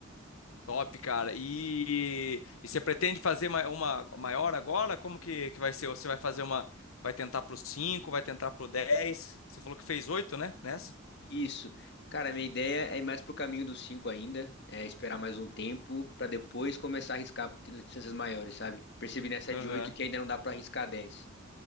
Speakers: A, on the left; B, on the left.
A: Top, cara. E, e você pretende fazer ma- uma maior agora? Como que, que vai ser? Você vai fazer uma. Vai tentar pro 5? vai tentar pro 10? Você falou que fez oito, né? Nessa?
B: Isso. Cara, minha ideia é ir mais pro caminho dos 5 ainda, é esperar mais um tempo pra depois começar a arriscar distâncias maiores, sabe? Percebi nessa
A: Aham.
B: de 8 que ainda não dá pra arriscar 10.